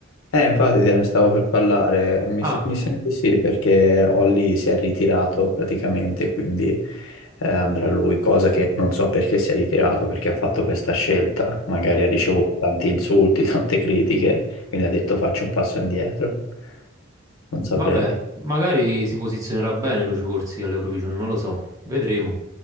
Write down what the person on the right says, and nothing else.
Ah,
vabbè, magari si posizionerà bene Lucio Corsi all'Eurovision, non lo so, vedremo.